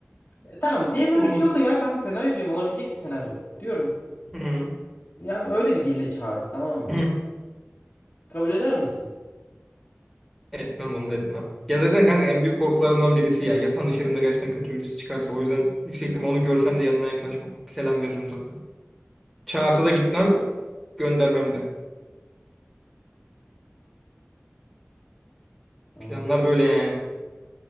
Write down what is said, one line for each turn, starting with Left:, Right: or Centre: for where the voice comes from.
Left: E, tamam diyelim öyle
Centre: Of.
Left: bir şey oldu ya kanka senaryo diyorum olabilecek bir senaryo. Diyorum.
Centre: Hmm.
Left: Yani öyle bir dille çağırdı tamam mı?
Centre: <clears throat>
Left: Kabul eder misin?
Centre: Etmem onu da etmem. Ya zaten kanka en büyük korkularımdan birisi ya. Yatağın dışarımda gerçekten kötü birisi çıkarsa. O yüzden yüksek ihtimal onu görsem de yanına yaklaşmam. Selam veririm uzaktan. Çağırsa da gitmem. Göndermem de.
Left: Anladım.
Centre: Planlar böyle yani.